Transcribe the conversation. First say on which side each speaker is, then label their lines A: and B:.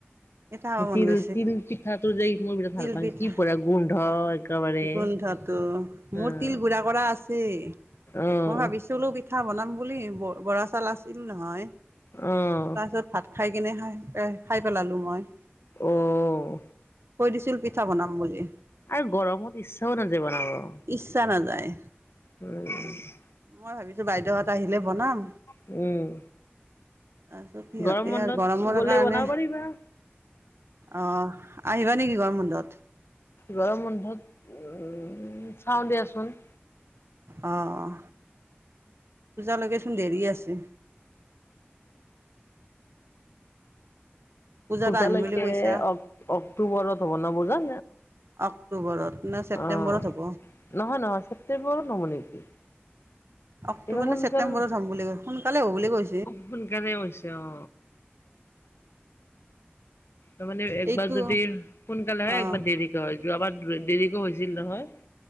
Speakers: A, on the right (about 80°); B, on the left (about 75°).
A: পিঠা খাব মন
B: তিল
A: গৈছে।
B: তিল পিঠাটো যে এইটো মই বিৰাট
A: তিল
B: ভাল পাওঁ
A: পিঠা
B: কি বঢ়িয়া গোন্ধ। একেবাৰে
A: গোন্ধটো মোৰ
B: অ'
A: তিল গুৰা কৰা আছেই মই
B: অ'
A: ভাবিছিলো পি তিলপিঠা বনাম বুলি ব বৰা চাউল আছিল নহয়।
B: উম',
A: তাৰ পিছত ভাত খাই কেনে খাই খাই পেলালো মই।
B: অ'
A: থৈ দিছিল পিঠা বনাম বুলি।
B: আৰু গৰমত ইচ্ছাও নাযায় বনাব।
A: ইচ্ছা নাযায়।
B: উম।
A: মই ভাবিছো বাইদেউহঁত আহিলে বনাম।
B: উম।
A: তাৰপিছত সিহঁতে
B: গৰম বন্ধত
A: আৰু গৰমৰ
B: গ'লে
A: কাৰণে
B: বনাব পাৰিবা
A: অহ, আহিবা নেকি গৰম বন্ধত?
B: গৰম বন্ধত, উম, চাওঁ দিয়াচোন।
A: অঁ, পূজালৈকেচোন দেৰি আছে। পূজাত
B: পূজালৈকে
A: আহিম বুলি কৈছা
B: অক, অক্টোবৰত হ'ব ন, পূজা!
A: অক্টোবৰত। নে
B: অ',
A: ছেপ্টেম্বৰত
B: নহয়,
A: হ'ব
B: নহয়, ছেপ্টেম্বৰত হ'ব নেকি।
A: অক্টোবৰ
B: এইবাৰ সোনকাল
A: নে ছেপ্টেম্বৰত
B: অ
A: হ'ব বুলি কয়, সোনকালে হ'ব বুলি কৈছে।
B: সোনকালে হৈছে। অ'। তাৰমানে একবাৰ
A: এইটো
B: যদি সোনকালে হয়,
A: অঁ
B: একবাৰ দেৰিকে হয়। যোৱাবাৰ দে-দেৰিকে হৈছিল নহয়।